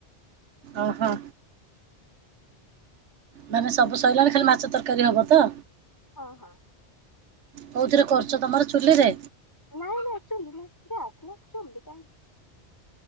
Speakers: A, on the right; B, on the left.
A: ଓହୋ। ମାନେ ସବୁ ସଇଲାଣି ଖାଲି ମାଛ ତରକାରୀ ହବ ତ?
B: ହଁ।
A: କୋଉ ଥିରେ କରୁଚ ତମର ଚୁଲି ରେ।
B: ନାଇଁ ନାଇଁ ଚୁଲି ନାହିଁ ଗ୍ୟାସ ନା ଚୁଲି କାଇଁ।